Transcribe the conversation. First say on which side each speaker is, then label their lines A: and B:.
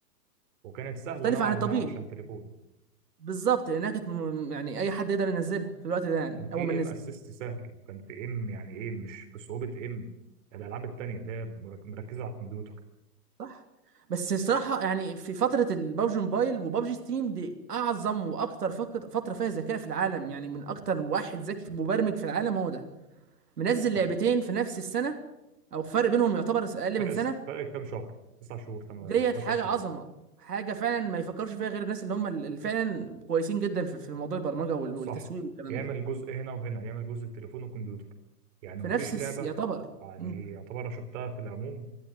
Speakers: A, on the right; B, on the right.
A: وكانت سهله
B: مختلفه
A: نوعا
B: عن الطبيعي
A: ما عشان تليفون
B: بالظبط لانها كانت م- يعني اي حد يقدر ينزلها في الوقت ده يعني
A: كان في
B: اول ما
A: ايم
B: نزل
A: اسيست سهل كان في ايم يعني ايه مش بصعوبه ايم الالعاب التانيه اللي هي مرك- مركزه على الكمبيوتر
B: صح بس الصراحة يعني في فترة البابجي موبايل وبابجي ستيم دي أعظم وأكتر فك- فترة فيها ذكاء في العالم يعني من أكتر واحد ذكي مبرمج في العالم هو ده منزل لعبتين
A: صح
B: في نفس السنة أو فرق بينهم يعتبر أقل
A: فرق
B: من سنة
A: فرق كام شهر تسع شهور تمام
B: ديت
A: او
B: حاجة
A: 10 شهور
B: عظمة حاجة فعلا ما يفكرش فيها غير الناس اللي هم اللي فعلا كويسين جدا في في موضوع البرمجة وال-
A: صح
B: والتسويق والكلام
A: يعمل
B: ده
A: جزء هنا وهنا يعمل جزء التليفون والكمبيوتر يعني
B: في
A: مفيش
B: نفس الس-
A: لعبة
B: يعتبر
A: يعني
B: مم.
A: يعتبر شفتها في العموم